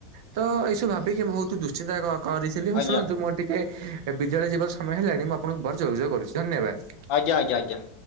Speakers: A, on the right; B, on the left.
A: ତ ଏଇସବୁ ଭାବିକି ବହୁତ ଦୁଶ୍ଚିନ୍ତା କ କରିଥିଲି ହଁ
B: ଆଜ୍ଞା
A: ଶୁଣନ୍ତୁ ମୋର ଟିକେ ବିଦ୍ୟାଳୟ ଯିବାର ସମୟ ହେଲାଣି, ମୁଁ ଆପଣଙ୍କୁ ଭର ଯୋଗାଯୋଗ କରୁଛି ଧନ୍ୟବାଦ।
B: ଆଜ୍ଞା ଆଜ୍ଞା ଆଜ୍ଞା।